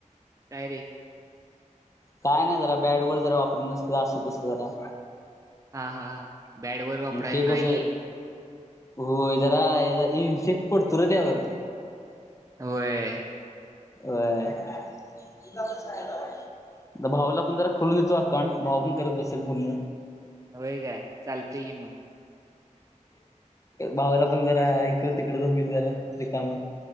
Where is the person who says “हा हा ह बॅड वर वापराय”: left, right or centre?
Right